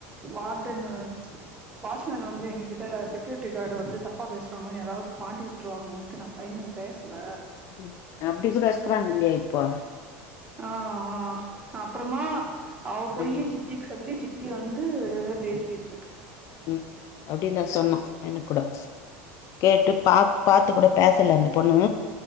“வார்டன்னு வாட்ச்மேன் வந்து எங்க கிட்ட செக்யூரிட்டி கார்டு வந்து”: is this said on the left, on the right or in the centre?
Right